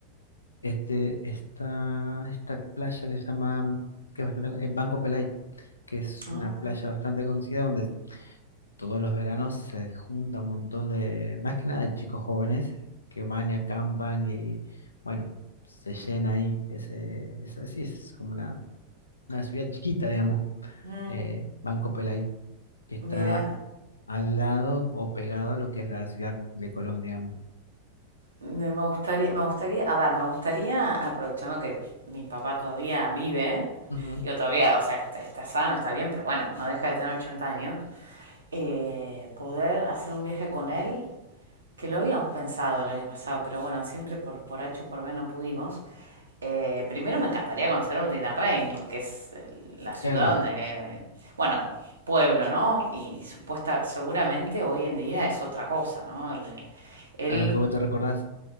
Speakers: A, on the left; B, on the right.
A: este, esta, esta playa que se llama, que es bastante, eh, Banco Pelay, que es
B: Ah,
A: una playa bastante conocida donde todos los veranos se junta un montón de, más que nada de chicos jóvenes que van y acampan y bueno, se llena ahí, ese, es sí es como una, una ciudad chiquita, digamos,
B: mm,
A: eh, Banco Pelay, que está
B: mira,
A: al lado o pegado a lo que es la ciudad de Colón, digamos.
B: me, me gustaría, me gustaría, a ver, me gustaría, aprovechando que mi papá todavía vive,
A: Ujú,
B: yo todavía, o sea, está, está sano, está bien, pero bueno, no deja de tener 80 años, eh, poder hacer un viaje con él que lo habíamos pensado el año pasado, pero bueno, siempre por, por H o por B no pudimos. Eh, primero me encantaría conocer Ordina porque es la
A: Claro,
B: ciudad donde, bueno, pueblo, ¿no? Y supuesta, seguramente hoy en día es otra cosa, ¿no? Él,
A: a lo que vos te recordás.